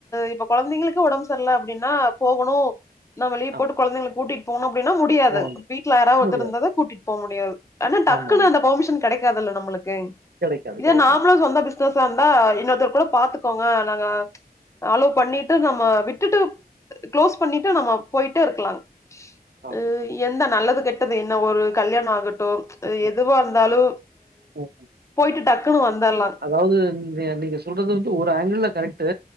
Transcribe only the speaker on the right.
ஆமா
போனு
முடியாது
ஆமா ஆமா
கெடைக்காது
கெடைக்காது
ஆமா
ம்
ம்
அதாவ்து நீ நீங்க சொல்றது வந்து ஒரு ஆங்கிள்ல கரெக்ட்டு